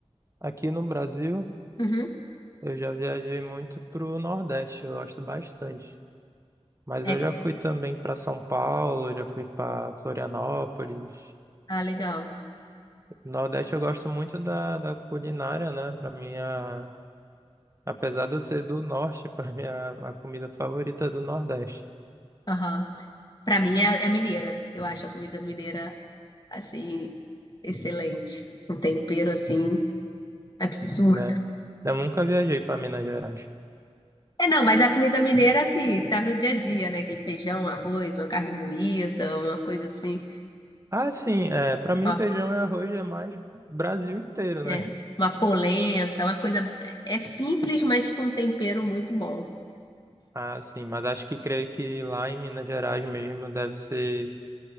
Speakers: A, on the right; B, on the left.
A: aqui no Brasil.
B: Uhum.
A: Eu já viajei muito pro Nordeste, eu gosto bastante. Mas
B: É,
A: eu já fui também para São Paulo, já fui para Florianópolis.
B: ah, legal.
A: Nordeste eu gosto muito da, da culinária, né? Para mim, a- apesar de eu ser do Norte, <laughs> para mim a, a comida favorita é do Nordeste,
B: Aham. Pra mim é, é mineira. Eu acho a comida mineira assim, excelente. Um tempero, assim, absurdo.
A: né? Eu nunca viajei para Minas Gerais.
B: É, não, mas a comida mineira, assim, tá no dia a dia, né? Aquele feijão, arroz, uma carne moída, uma coisa assim,
A: Ah, sim, é, para mim
B: uma,
A: feijão e arroz é mais Brasil inteiro, né?
B: é,
A: <laughs>
B: uma polenta, uma coisa. É é simples, mas com um tempero muito bom.
A: Ah, sim, mas acho que creio que lá em Minas Gerais mesmo deve ser